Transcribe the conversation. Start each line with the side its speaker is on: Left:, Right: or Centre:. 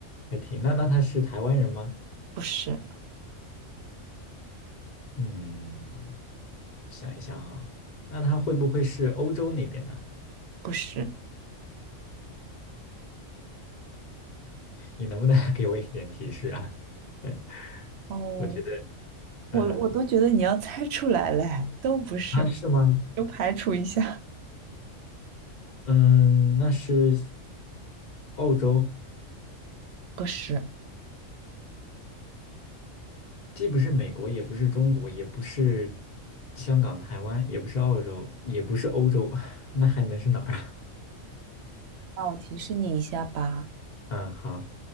Left: 还挺，那那他是台湾人吗？
Right: 不是，
Left: 嗯，我想一想啊，那他会不会是欧洲那边呢？
Right: 不是。
Left: 你能不能 <laughs> 给我一点提示啊？<laughs> 嗯，
Right: 哦，
Left: 我觉得，嗯，
Right: 我我都觉得你要猜出来嘞，都不是嘛，
Left: 啊，是吗？
Right: 就排除一下。
Left: 嗯，那是澳洲，
Right: 不是，
Left: 既不是美国，也不是中国，也不是香港、台湾，也不是澳洲，也不是欧洲，<laughs> 那还能是哪儿啊？<laughs>
Right: 那我提示你一下吧。
Left: 嗯，好，